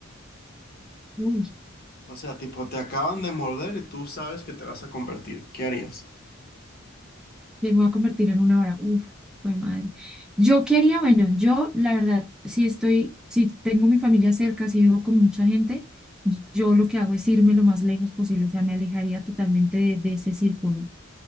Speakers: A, in the centre; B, on the left.
A: Uy,
B: O sea, tipo, te acaban de morder y tú sabes que te vas a convertir. ¿Qué harías?
A: me voy a convertir en una hora. Uf, fue madre. Yo quería, bueno, yo la verdad, si estoy, si tengo mi familia cerca, si vivo con mucha gente, yo lo que hago es irme lo más lejos posible. O sea, me alejaría totalmente de, de ese círculo.